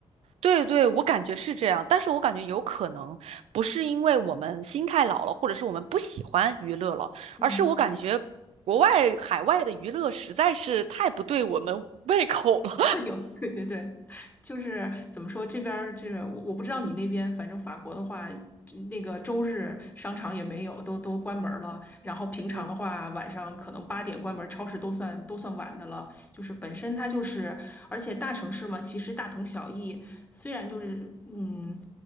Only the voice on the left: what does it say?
嗯。
<laughs> 有，对对对，就是怎么说，这边儿就是我我不知道你那边，反正法国的话，这那个周日商场也没有，都都关门儿了。然后平常的话，
晚上可能八点关门儿超市都算都算晚的了。就是本身它就是，而且大城市嘛，其实大同小异。虽然就是嗯，